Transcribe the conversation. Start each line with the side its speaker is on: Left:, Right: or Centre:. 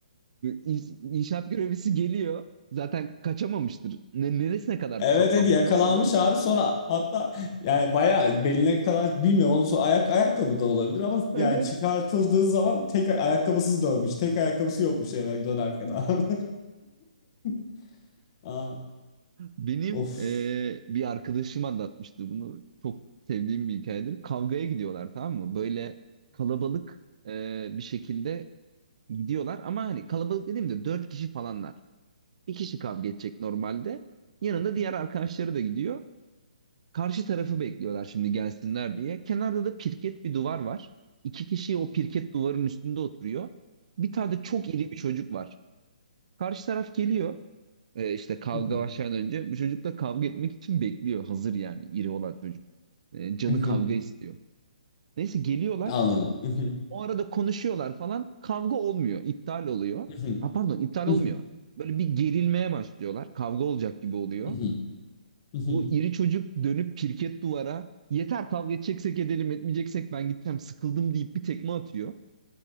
Right: İş, inşaat görevlisi geliyor. Zaten kaçamamıştır. Ne, neresine kadar
Left: Evet
Right: saplanmış
Left: dedi yakalanmış
Right: bu arada?
Left: abi sonra hatta yani bayağı beline kadar bilmiyorum onun sonra ayak ayakkabı da olabilir ama
Right: <laughs>
Left: yani çıkartıldığı zaman tek ay- ayakkabısız dönmüş. Tek ayakkabısı yokmuş eve dönerken abi. <laughs> Aa,
Right: Benim
Left: of.
Right: e, bir arkadaşım anlatmıştı bunu. Çok sevdiğim bir hikayedir. Kavgaya gidiyorlar tamam mı? Böyle kalabalık e, bir şekilde gidiyorlar. Ama hani kalabalık dediğimde dört kişi falanlar. Bir kişi kavga edecek normalde. Yanında diğer arkadaşları da gidiyor. Karşı tarafı bekliyorlar şimdi gelsinler diye. Kenarda da pirket bir duvar var. İki kişi o pirket duvarın üstünde oturuyor. Bir tane de çok iri bir çocuk var. Karşı taraf geliyor. e, işte kavga
Left: <laughs>
Right: başlamadan önce bu çocukla kavga etmek için bekliyor. Hazır yani iri olan çocuk. E, canı
Left: Mhm,
Right: kavga istiyor. Neyse geliyorlar.
Left: Anladım. Mhm,
Right: O arada konuşuyorlar falan. Kavga olmuyor. iptal oluyor.
Left: mhm,
Right: Ha, pardon iptal
Left: mhm,
Right: olmuyor. Böyle bir gerilmeye başlıyorlar. Kavga olacak gibi oluyor.
Left: mhm, mhm.
Right: Bu iri çocuk dönüp pirket duvara yeter kavga edeceksek edelim etmeyeceksek ben gideceğim sıkıldım deyip bir tekme atıyor.